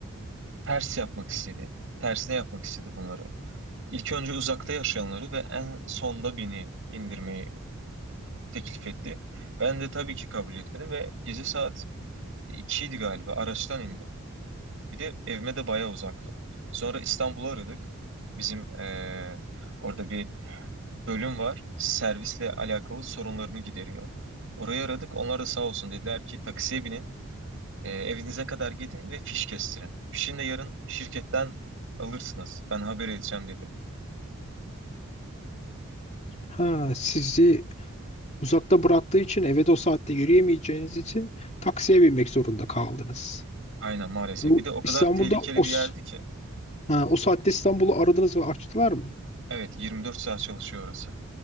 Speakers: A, on the right; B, on the left.
A: ters yapmak istedi. Tersine yapmak istedi bunları. İlk önce uzakta yaşayanları ve en sonda beni indirmeyi teklif etti. Ben de tabii ki kabul etmedim ve gece saat ikiydi galiba araçtan indim. Bir de evime de bayağı uzaktım. Sonra İstanbul'u aradık. Bizim eee, orada bir bölüm var. Servisle alakalı sorunlarını gideriyor. Orayı aradık. Onlar da sağ olsun dediler ki taksiye binin. eee, evinize kadar gidin ve fiş kestirin. Fişini de yarın şirketten alırsınız. Ben haber edeceğim dedi.
B: Ha, sizi Uzakta bıraktığı için eve de o saatte yürüyemeyeceğiniz için taksiye binmek zorunda kaldınız.
A: Aynen maalesef.
B: Bu
A: Bir de o kadar
B: İstanbul'da
A: tehlikeli
B: o,
A: bir
B: s-
A: yerdi ki.
B: ha, o saatte İstanbul'u aradınız ve açtılar mı?
A: Evet 24 saat çalışıyor orası.